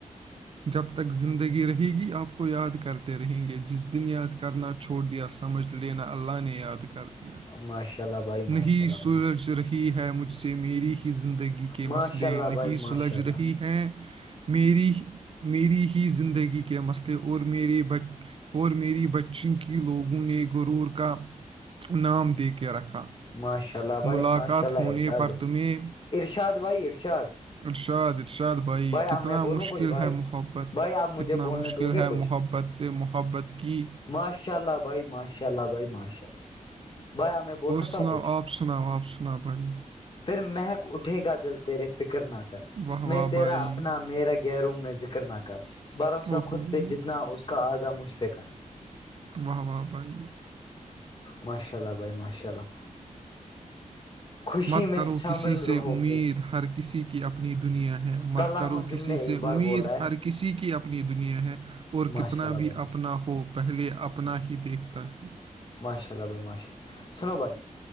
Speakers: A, on the right; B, on the left.
A: جب تک زندگی رہے گی آپ کو یاد کرتے رہیں گے جس دن یاد کرنا چھوڑ دیا سمجھ لینا اللہ نے یاد کر دیا
B: ماشاء اللہ بھائی ماشاء
A: نہیں
B: اللہ
A: سورج
B: بھائی
A: سے رہکھ ہے مجھ سے میری ہی زندگی کے
B: ماشاء
A: مسئلے
B: اللہ
A: نہیں
B: بھائی
A: سلجھ
B: ماشاء اللہ
A: رہی ہیں میری میری ہی زندگی کے مسئلے اور میری بچ اور میری بچی کی لوگوں نے گرور کا نام دے کے رکھا
B: ماشاء اللہ بھائی
A: ملاقات
B: ماشا اللہ
A: ہونے
B: ارشاد
A: پر
B: بھائی
A: تمہیں
B: ارشاد بھائی ارشاد
A: ارشاد ارشاد بھائی کتنا
B: آپ میں بولوں
A: مشکل
B: کچھ
A: مشکل
B: بھائی
A: ہے محبت
B: بھائی آپ مجھے
A: کتنا
B: بولنے
A: مشکل
B: دو گے
A: ہے
B: کچھ
A: محبت سے محبت کی
B: ماشاء اللہ بھائی ماشاء اللہ بھائی ماشاء اللہ بھائی آ میں بول سکتا
A: آپ سناؤ
B: ہوں کچھ
A: آپ سناؤ آپ سناؤ بھائی
B: پھر محک اٹھے گا دل تیرے فکر نہ کر
A: واہ
B: میں
A: واہ
B: تیرا
A: بھائی
B: اپنا میرا گیروم میں ذکر نہ کر بھروسہ
A: اوہو
B: خود
A: بھائی
B: پہ جتنا اس کا آدا مجھ پہ کر
A: واہ واہ بھائی
B: ماشاء اللہ بھائی ماشاء اللہ خوشی
A: مت
B: میں
A: کرو
B: شامل
A: کسی سے
B: رہو
A: امید
B: میری
A: ہر کسی کی اپنی دنیا ہے
B: طلح
A: مت کرو
B: جم
A: کسی
B: نے ایک
A: سے
B: بار
A: امید
B: بولا ہے
A: ہر کسی کی اپنی دنیا ہے اور
B: ماشاء
A: کتنا
B: اللہ
A: بھی
B: بھائی ماشاء
A: اپنا ہو پہلے اپنا ہی دیکھتا ہے
B: ماشاء اللہ بھائی ماشاء اللہ سنو بھائی